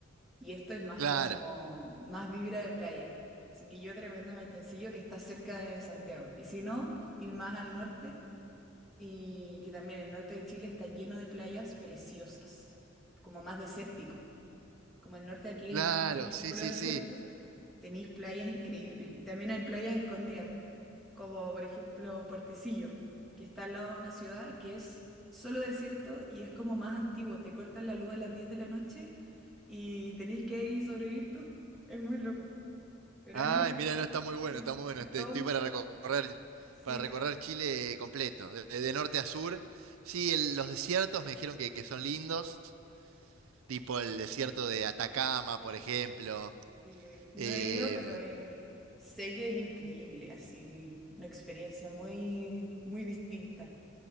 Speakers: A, in the centre; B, on the right.
A: Y esto es más
B: Claro,
A: como, más vibra de playa. Así que yo te recomiendo Maitencillo, que está cerca de Santiago. Y si no, ir más al norte, y que también el norte de Chile está lleno de playas preciosas, como más desértico. Como el norte aquí
B: claro,
A: es, des- es
B: sí,
A: puro
B: sí,
A: desierto,
B: sí.
A: tenéis playas increíbles. Y también hay playas escondidas, como por ejemplo Puertecillo, que está al lado de una ciudad que es solo desierto y es como más antiguo. Te cortan la luz a las 10 de la noche y tenéis que ahí sobrevivir tú. Es muy loco, pero
B: Ay,
A: hay muy...
B: mira, no, está muy bueno,
A: Sí,
B: está muy bueno.
A: hay todo
B: Te- Estoy
A: un-
B: para recorrer,
A: sí,
B: para recorrer
A: hay-
B: Chile completo, de, de norte a sur. Sí, el- los desiertos me dijeron que, que son lindos, tipo el desierto de Atacama, por ejemplo.
A: sí, eh, no
B: Eh,
A: he ido, pero eh, sé que es increíble, así, una experiencia muy, muy distinta.